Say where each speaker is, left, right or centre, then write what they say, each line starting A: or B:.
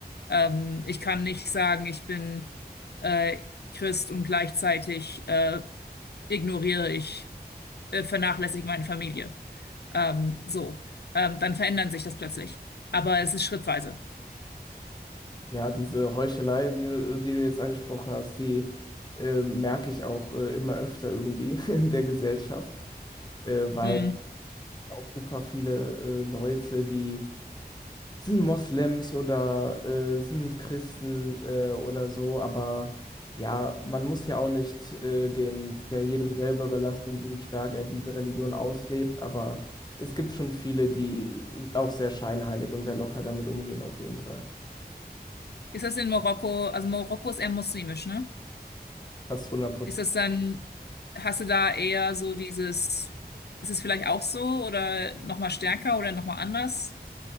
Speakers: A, on the left; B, on the left.
A: Ähm, ich kann nicht sagen, ich bin äh, Christ und gleichzeitig äh, ignoriere ich äh, vernachlässige meine Familie. Ähm, so, ähm, dann verändern sich das plötzlich. Aber es ist schrittweise.
B: Ja, diese Heuchelei, die, äh, die du jetzt angesprochen hast, die äh, merke ich auch äh, immer öfter irgendwie <laughs> in der Gesellschaft, äh, weil
A: Hm.
B: auch super viele äh, Leute, die sind Moslems oder äh, sind Christen äh, oder so, aber ja, man muss ja auch nicht äh, den ja jedem selber überlassen, wie stark er diese Religion auslebt, aber es gibt schon viele, die äh, auch sehr scheinheilig und sehr locker damit umgehen, auf jeden Fall.
A: Ist das in Marokko, also Marokko ist eher muslimisch, ne?
B: Fast 100
A: Ist das dann, hast du da eher so dieses, ist es vielleicht auch so oder nochmal stärker oder nochmal anders?